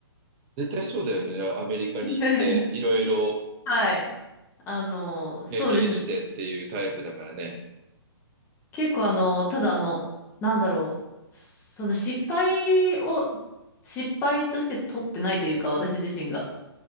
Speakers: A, on the right (about 20°); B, on the left (about 15°).
A: 絶対そうだよね。アメリカに行って、
B: <laughs>
A: いろいろ
B: はい。あの、そうですね。
A: 経験してっていうタイプだからね。
B: 結構あの、ただあの、なんだろう。その失敗を、失敗として取ってないというか、私自身が。